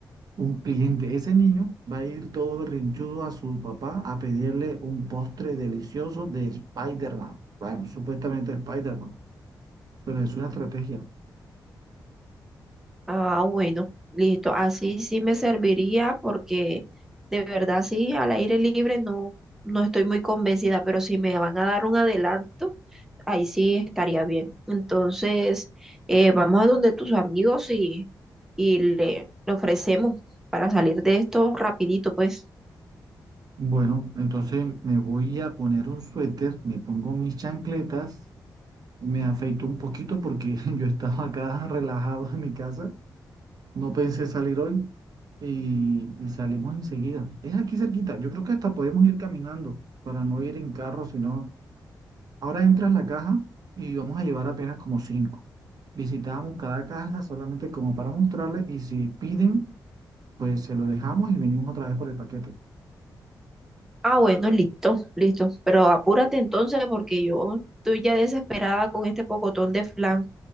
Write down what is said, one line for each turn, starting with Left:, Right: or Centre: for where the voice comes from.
Right: un cliente. Ese niño va a ir todo berrinchudo a su papá a pedirle un postre delicioso de Spider-Man. Bueno, supuestamente Spider-Man, pero es una estrategia.
Centre: Ah, bueno, listo. Así sí me serviría porque de verdad sí, al aire libre no, no estoy muy convencida, pero si me van a dar un adelanto, ahí sí estaría bien. Entonces, eh, vamos a donde tus amigos y, y le, le ofrecemos para salir de esto rapidito, pues.
Right: Bueno, entonces me voy a poner un suéter, me pongo mis chancletas, me afeito un poquito porque <laughs> yo estaba acá <laughs> relajado en mi casa No pensé salir hoy y, y salimos enseguida. Es aquí cerquita. Yo creo que hasta podemos ir caminando para no ir en carro, sino ahora entras la caja y vamos a llevar apenas como cinco. Visitamos cada casa solamente como para mostrarles y si piden, pues se lo dejamos y venimos otra vez por el paquete.
Centre: Ah, bueno, listo, listo. Pero apúrate entonces porque yo estoy ya desesperada con este pocotón de flan.